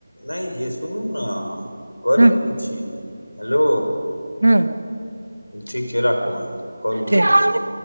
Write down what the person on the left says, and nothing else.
नहि यै सुनू न करै
कि छी हेलो
ठीक छै राखू अहाँ करू
जल्दी सँ